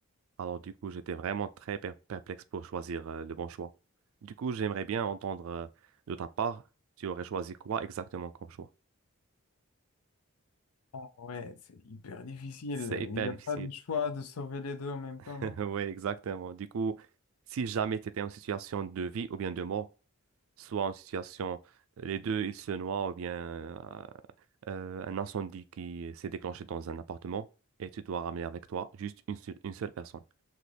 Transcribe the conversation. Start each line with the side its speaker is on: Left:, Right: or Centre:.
Right: Alors, du coup, j'étais vraiment très per- perplexe pour choisir euh, le bon choix. Du coup, j'aimerais bien entendre euh, de ta part, tu aurais choisi quoi exactement comme choix?
Left: Ah ouais, c'est hyper difficile.
Right: C'est hyper
Left: Il n'y
Right: difficile.
Left: a pas de choix de sauver les deux en même
Right: <laughs>
Left: temps, non?
Right: Oui, exactement. Du coup, si jamais tu étais en situation de vie ou bien de mort, soit en situation, les deux, ils se noient ou bien euh, euh, un incendie qui s'est déclenché dans un appartement et tu dois ramener avec toi juste une, seule- une seule personne.